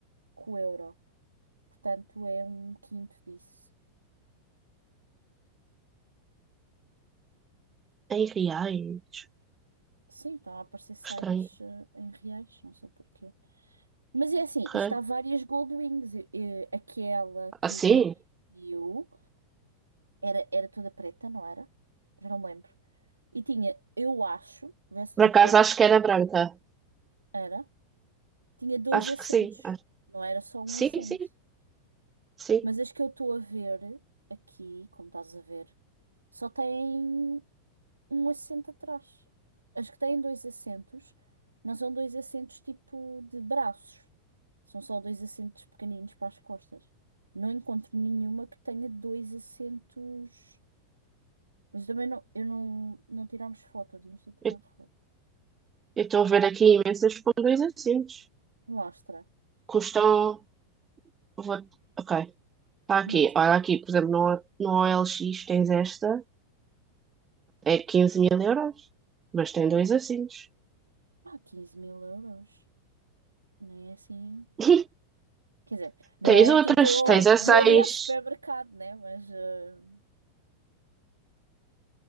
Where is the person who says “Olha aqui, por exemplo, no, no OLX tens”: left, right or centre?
Right